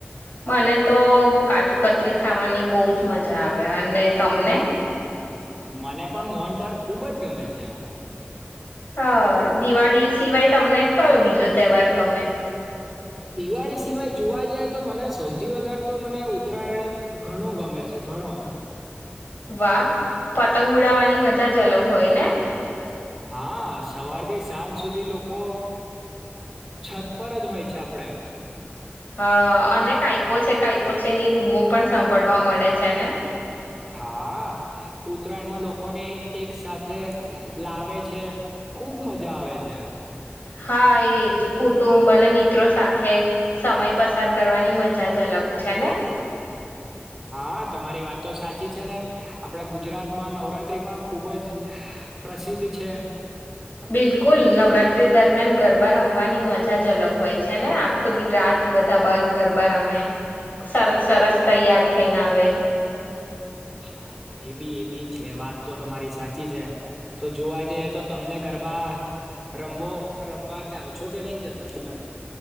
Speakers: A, on the left; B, in the centre.
A: મને તો કાજુ કતરી ખાવાની બહજ મજા આવે અને તમને
B: મને પણ મોહનદાર ખુબ જ ગમે છે
A: હા દિવાળી સિવાય તમને કયો બીજો તહેવાર ગમે
B: દિવાળી સિવાય જોવા જઈએ તો મને સૌથી વધારે તો મને ઉત્તરાયણ ઘણો ગમે છે ઘણો
A: વાહ પતંગ ઉડાવવાની મજા જ અલગ હોય ને
B: હા સવારથી સાંજ સુધી લોકો છત પર જ હોય છે આપડે
A: હા અને કઈપો છે કઈપો છે ની બૂમો પણ સાંભળવા મળે છે ને
B: હા ઉત્તરાયણમાં લોકોને એક સાથે લાવે છે ખુબ મજા આવે છે
A: હા એજ કુટુંબ અને મિત્રો સાથે સમય પસાર કરવાની મજા જ અલગ છે ને
B: હા તમારી વાત તો સાચી છે ને આપડે ગુજરાતમાં નવરાત્રી પણ ખુબ જ પ્રસિદ્ધ છે
A: બિલકુલ નવરાતિ દરમિયાન ગરબા રમવાની મજા જ અલગ હોય છે ને આખો દી રાત બધા બાર ગરબાર રમે સરસ સરસ તૈયાર થઈને આવે
B: હા એ બી એ બી છે વાત તો તમારી સાચી છે તો જોવા જઈએ તો તમને ગરબા રમવો રમવા જઓ છો કે નહી જતા તમે